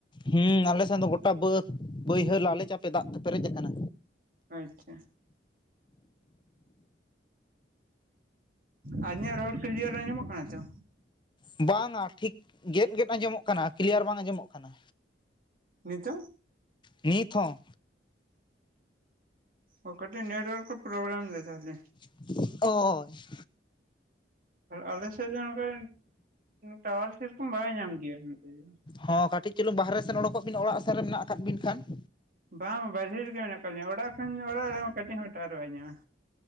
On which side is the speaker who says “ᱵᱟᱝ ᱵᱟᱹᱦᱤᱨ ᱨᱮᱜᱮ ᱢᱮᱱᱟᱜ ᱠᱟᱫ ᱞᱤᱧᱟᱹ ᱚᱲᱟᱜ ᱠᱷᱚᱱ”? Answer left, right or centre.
Right